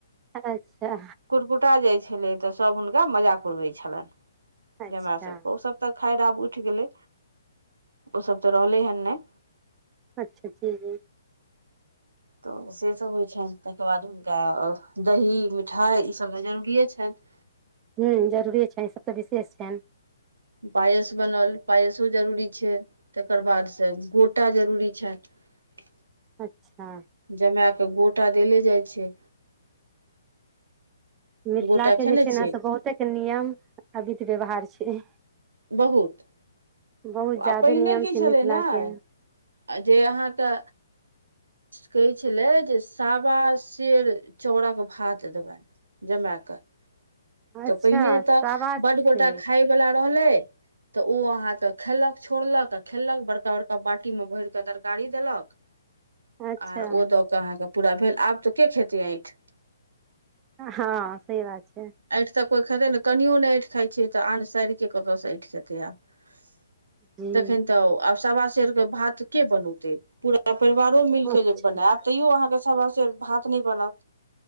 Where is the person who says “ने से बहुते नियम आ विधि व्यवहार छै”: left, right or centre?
Right